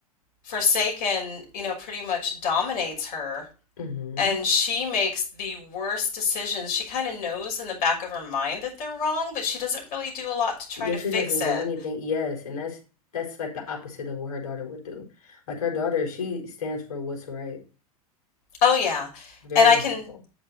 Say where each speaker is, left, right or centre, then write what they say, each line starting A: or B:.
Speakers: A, on the left; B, on the left.
A: Forsaken, you know, pretty much dominates her
B: hmm
A: and she makes the worst decisions. She kind of knows in the back of her mind that they're wrong, but she doesn't really do a lot to try
B: If
A: to fix
B: she doesn't
A: it.
B: do anything, yes, and that's that's like the opposite of what her daughter would do. Like her daughter, she stands for what's right,
A: Oh yeah.
B: very
A: And I
B: ethical.
A: can